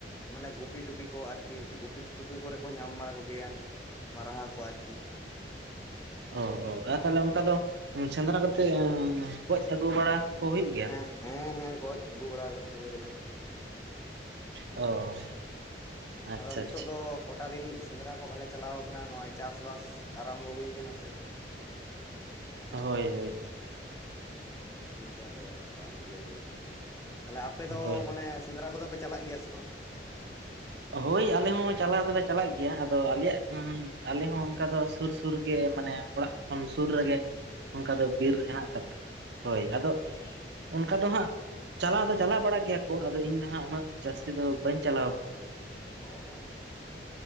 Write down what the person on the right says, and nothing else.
ᱚ ᱚ ᱟᱨ ᱛᱟᱦᱚᱞᱮ ᱚᱱᱠᱟ ᱫᱚ ᱥᱮᱸᱫᱽᱨᱟ ᱠᱟᱛᱮᱜ ᱜᱚᱡ ᱟᱹᱜᱩ ᱵᱟᱲᱟ ᱠᱚ ᱦᱩᱭᱩᱜ ᱜᱮᱭᱟ?
ᱚ ᱟᱪᱪᱷᱟ
ᱟᱪᱪᱷᱟ
ᱦᱳᱭ ᱦᱳᱭ ᱦᱳᱭ
ᱦᱳᱭ
ᱦᱳᱭ ᱟᱞᱮ ᱦᱚᱸ ᱪᱟᱞᱟᱣ ᱫᱚᱞᱮ ᱪᱟᱞᱟᱜ ᱜᱮᱭᱟ, ᱟᱫᱚ ᱟᱞᱮᱭᱟᱜ ᱟᱞᱮ ᱦᱚᱸ ᱚᱱᱠᱟ ᱫᱚ ᱥᱩᱨ ᱥᱩᱨ ᱜᱮ ᱢᱟᱱᱮ ᱚᱲᱟᱜ ᱠᱷᱚᱱ ᱥᱩᱨ ᱨᱮᱜᱮ ᱚᱱᱠᱟ ᱫᱚ ᱵᱤᱨ ᱦᱮ ᱟᱠᱟᱫ ᱦᱳᱭ
ᱟᱫᱚ
ᱚᱱᱠᱟ ᱫᱚ ᱦᱟᱸᱜ ᱪᱟᱞᱟᱣ ᱫᱚ ᱪᱟᱞᱟᱣ ᱵᱟᱲᱟᱜ ᱜᱮᱭᱟ ᱠᱚ ᱟᱫᱚ ᱤᱧ ᱫᱚ ᱦᱟᱸᱜ ᱩᱱᱟᱹᱜ ᱡᱟᱹᱥᱛᱤ ᱫᱚ ᱵᱟᱹᱧ ᱪᱟᱞᱟᱣ ᱟᱠᱟᱱᱟ᱾